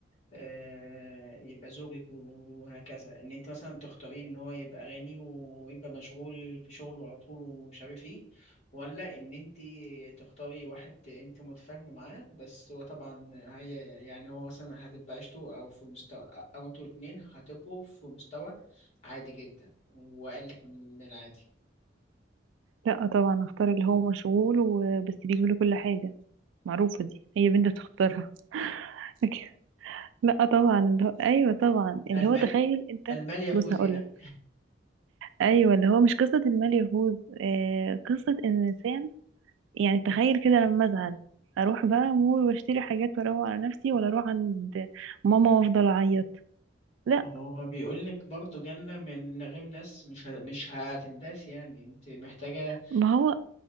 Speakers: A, on the left (about 35°); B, on the right (about 85°).
A: آه، يبقى زوجك وهكذا ان انت مثلا تختاري ان هو يبقى غني ويبقى مشغول في شغله على طول ومش عارف ايه ولا ان انت تختاري واحد انت متفاهمه معاه بس هو طبعا هي يعني هو مثلا هتبقى عيشته او في مستوى او انتوا الاتنين هتبقوا في مستوى عادي جدا وقالك من العادي
B: لا طبعا اختار اللي هو مشغول وبس بيجيب له كل حاجه معروفه دي هي بنت بتختارها <laughs> لكن- لا طبعا اللي هو ايوه طبعا اللي
A: المال
B: هو تخيل انت
A: المال يفوز
B: بص هقول
A: يعني
B: لك ايوه اللي هو مش قصه المال يفوز آه قصه ان الانسان يعني تخيل كده لما ازعل اروح بقى مول واشتري حاجات واروق على نفسي ولا اروح عند ماما وافضل اعيط لا
A: ما هو بيقول لك برضه جنة من غير ناس مش ه- مش هتنداس يعني انت محتاجة
B: ما هو